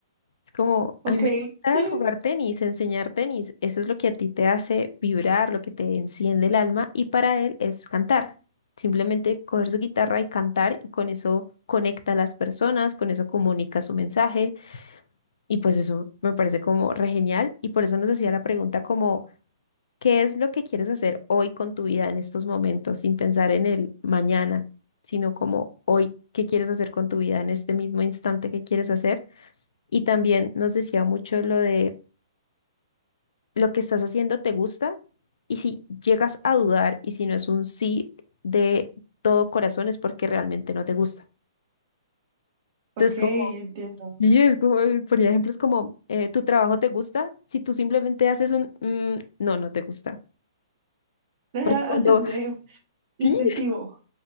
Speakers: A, on the left; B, on the right.
A: Es como,
B: ok,
A: a mí me gusta
B: <laughs>
A: jugar tenis, enseñar tenis. Eso es lo que a ti te hace vibrar, lo que te enciende el alma. Y para él es cantar. Simplemente coger su guitarra y cantar y con eso conecta a las personas, con eso comunica su mensaje. Y pues eso me parece como re genial. Y por eso nos hacía la pregunta como, ¿qué es lo que quieres hacer hoy con tu vida en estos momentos, sin pensar en el mañana, sino como hoy, ¿qué quieres hacer con tu vida en este mismo instante que quieres hacer? Y también nos decía mucho lo de lo que estás haciendo te gusta y si llegas a dudar y si no es un sí de todo corazón es porque realmente no te gusta.
B: ok,
A: Entonces, como,
B: entiendo.
A: y es como, eh, ponía ejemplos como, eh, tu trabajo te gusta, si tú simplemente haces un, "Mm, no, no te gusta.
B: <laughs>
A: Porque cuando,
B: De instintivo.
A: sí,